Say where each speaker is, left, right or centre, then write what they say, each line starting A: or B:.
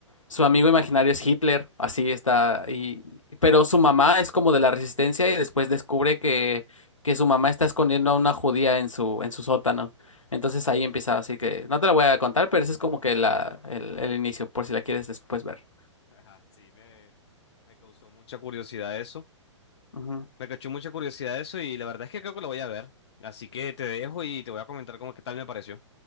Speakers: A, on the left; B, on the left.
A: Su amigo imaginario es Hitler, así está. Y, pero su mamá es como de la resistencia y después descubre que, que su mamá está escondiendo a una judía en su, en su sótano. Entonces ahí empieza, así que no te la voy a contar, pero ese es como que la, el, el inicio, por si la quieres después ver.
B: Ajá, sí, me, me causó mucha curiosidad eso.
A: Ujú.
B: Me cachó mucha curiosidad eso y la verdad es que creo que lo voy a ver. Así que te dejo y te voy a comentar cómo qué tal me pareció.